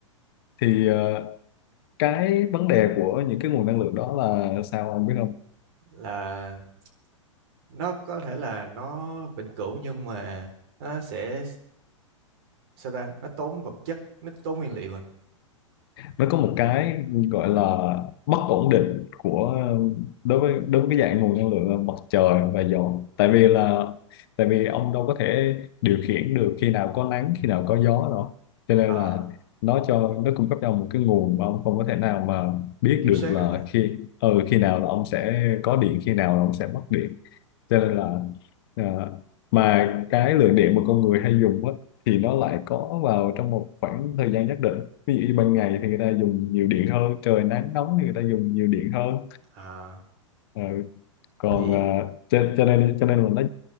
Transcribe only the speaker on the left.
Thì ờ, cái vấn đề của những cái nguồn năng lượng đó là sao ông biết không
nó có một cái gọi là bất ổn định của đối với đối với cái dạng nguồn năng lượng là mặt trời và gió tại vì là tại vì ông đâu có thể điều khiển được khi nào có nắng khi nào có gió đâu cho nên
là nó cho nó cung cấp cho ông một cái nguồn mà ông không có thể nào mà biết
được
là
khi ừ, khi nào là ông sẽ có điện khi nào là ông sẽ mất điện cho nên là à, mà cái lượng điện mà con người hay dùng á thì nó lại có vào trong một khoảng thời gian nhất định ví dụ như ban ngày thì người ta dùng nhiều điện hơn trời nắng nóng thì người ta dùng nhiều điện hơn
Ờ, còn
à, cho, cho nên cho nên là nó